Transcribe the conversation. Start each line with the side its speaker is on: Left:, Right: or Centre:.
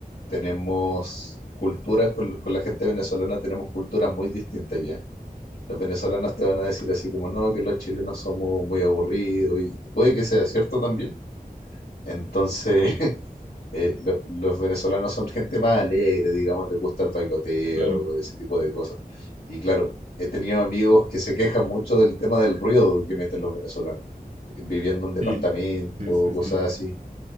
Left: tenemos culturas, con, con la gente venezolana tenemos culturas muy distintas ya. Los venezolanos te van a decir así como, no, que los chilenos somos muy aburridos y, y puede que sea cierto también. Entonces, <laughs> eh, lo- los venezolanos son gente más alegre, digamos, les gusta el bailoteo,
Right: claro.
Left: ese tipo de cosas. Y claro, he tenido amigos que se quejan mucho del tema del ruido que meten los venezolanos, viviendo en departamentos,
Right: Sí, sí, sí,
Left: cosas
Right: sí.
Left: así.